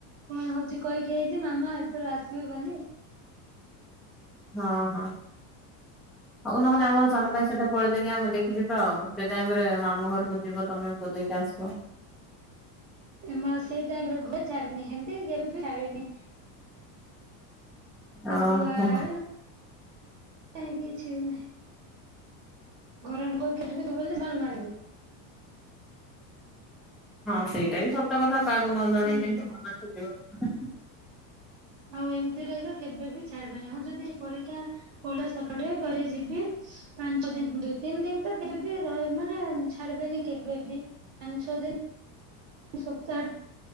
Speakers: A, on the right; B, in the centre.
A: କଣ ହଉଚି କହିକି ଆଇଚି ମାମା ଏଥର ଆସିବେ ବୋଲି।
B: ହଁ ହଁ ହଉ ନହେଲେ ଆମର ସାନ ଭାଇ ସେଠେ ପଳେଇଲେ କି ଆମେ ଦେଖ ଯିବା ଆଉ ସେ ଟାଇମ ରେ ମାମୁ ଘରକୁ ଯିବ ତମେ ବୁଲିକି ଆସିବ।
A: ଏ ମା ସେଇ ଟାଇମ ରେ ଘୁ ଛାଡିନି ହେମିତି କେବେ ବି ଛାଡିନି। ସେ
B: ଓହୋ
A: କୁଆଳେ କାହିଁ କିଛି ବି ନାହିଁ। ଘରେ <unintelligible> ସେମାନେ ମାରିବେ।
B: ହଁ ସେଇଟା ବି ସତ କଥା କାହାକୁ ନ ଜଣେଇ
A: ହୁଁ
B: କେମିତି ମନକୁ ଯିବା କଥା
A: ଆଉ ଏମିତିରେ ଏକା କେବେ ବି ଛାଡିବେନି ହଁ ଯଦି ଏ ପରୀକ୍ଷା ପଡ଼େ ସେପଟେ ଗରେ ଯିବି ପାଞ୍ଚ ଦିନ ଦୁଇ ତିନି ଦିନ ତ କେବେବି ରହ ମାନେ ଛାଡିବେନି କେବେବି। ପାଞ୍ଚ ଛଅ ଦିନ ସପ୍ତାହ